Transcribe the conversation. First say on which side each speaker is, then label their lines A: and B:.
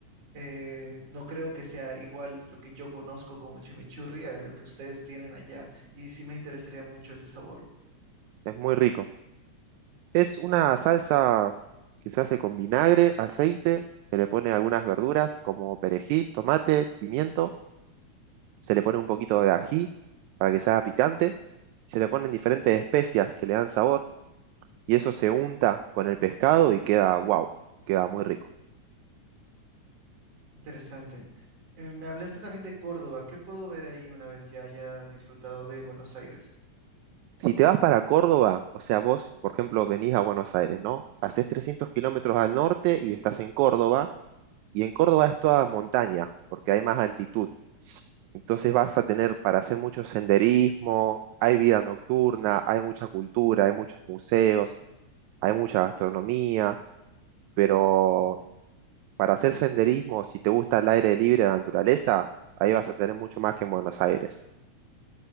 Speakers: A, on the right; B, on the right.
A: Eh, no creo que sea igual lo que yo conozco como chimichurri a lo que ustedes tienen allá, y sí me interesaría mucho ese sabor.
B: Es muy rico. Es una salsa que se hace con vinagre, aceite, se le pone algunas verduras como perejil, tomate, pimiento, se le pone un poquito de ají para que sea picante, se le ponen diferentes especias que le dan sabor y eso se unta con el pescado y queda wow, queda muy rico.
A: Interesante. Eh, me hablaste también de Córdoba. ¿Qué puedo ver ahí una vez ya haya disfrutado de Buenos Aires?
B: Si te vas para Córdoba, o sea, vos, por ejemplo, venís a Buenos Aires, ¿no? Hacés 300 kilómetros al norte y estás en Córdoba, y en Córdoba es toda montaña, porque hay más altitud. Entonces vas a tener para hacer mucho senderismo, hay vida nocturna, hay mucha cultura, hay muchos museos, hay mucha gastronomía, pero para hacer senderismo, si te gusta el aire libre, la naturaleza, ahí vas a tener mucho más que en Buenos Aires.